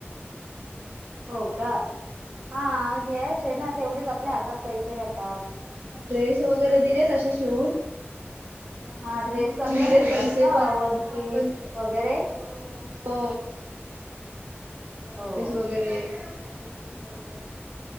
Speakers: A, on the right; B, on the right.
A: हो का हा हा घ्यायचे ना, तेवढेच आपल्या हातात पैसे राहतात.
B: ड्रेस वगैरे दिले तसे शिवून अ त्या मुलींनी
A: हा ड्रेस
B: पण
A: सगळ
B: दिलेत
A: शिवतात
B: पैसे
A: का?
B: पण
A: वन
B: हा
A: पीस
B: पण
A: वगैरे
B: हो हो वनपीस
A: हो
B: वगैरे. तुमचे सर्व